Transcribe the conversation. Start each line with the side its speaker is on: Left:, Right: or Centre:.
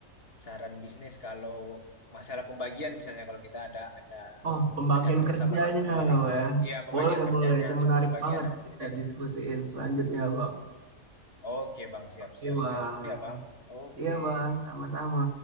Left: saran bisnis kalau masalah pembagian misalnya kalau kita ada ada
Right: Oh, pembagian
Left: ada kerjasama
Right: kerjanya
Left: sama sama orang.
Right: ya.
Left: Iya, pembagian
Right: Boleh,
Left: kerjanya
Right: boleh. Itu
Left: atau
Right: menarik
Left: pembagian
Right: banget
Left: hasilnya
Right: kita
Left: gimana.
Right: diskusiin selanjutnya Bang.
Left: Oke Bang, siap siap
Right: Iya Bang.
Left: siap. Oke ya Bang. Oke.
Right: Iya Bang, sama-sama.